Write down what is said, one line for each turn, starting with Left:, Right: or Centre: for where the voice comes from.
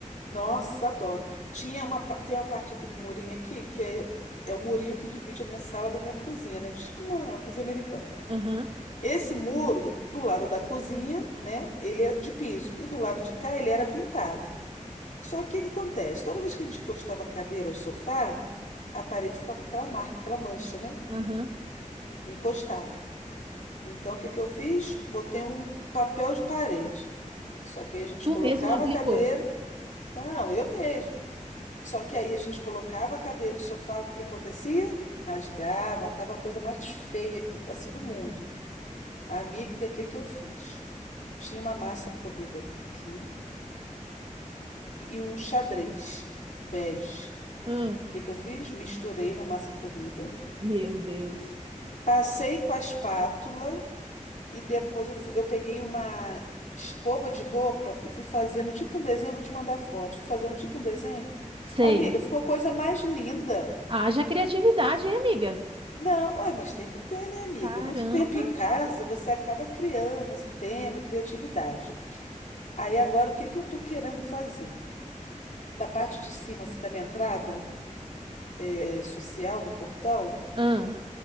Left: Nossa, adoro. Tinha uma, pa- tem uma parte aqui do murinho aqui, que é, é o murinho que divide a minha sala da minha cozinha, né? Tipo uma cozinha americana.
Right: Aham.
Left: Esse muro do lado da cozinha, né, ele é de piso e do lado de cá ele era pintado. Só que o que acontece? Toda vez que a gente encostava a cadeira ou o sofá, a parede ficava com aquela marca, aquela mancha, né,
Right: Aham.
Left: encostado. Então o que que eu fiz? Botei um papel de parede. Só que aí a gente
Right: Tu
Left: colocava
Right: mesmo aplicou.
Left: a cadeira, não, eu mesmo. Só que aí a gente colocava a cadeira, o sofá, o que que acontecia? Rasgava, tava a coisa mais feia que- assim do mundo. Amiga, o que que eu fiz? Tinha uma massa corrida aqui e um xadrez bege.
Right: Ah,
Left: O que que eu fiz? Misturei na massa corrida,
Right: meu Deus.
Left: passei com a espátula e depois eu, fu- eu peguei uma escova de roupa e fui fazendo tipo um desenho. Eu vou te mandar foto. Fui fazendo tipo um desenho.
Right: Sei.
Left: Amiga, ficou a coisa mais linda.
Right: Haja criatividade, hein, amiga?
Left: Não, ué, mas tem que ter, né, amiga?
Right: Caramba.
Left: Muito tempo em casa, você acaba criando, assim, tendo criatividade. Aí agora, o que que eu tô querendo fazer? da parte de cima, assim, da minha entrada eh, social do portão,
Right: Ah,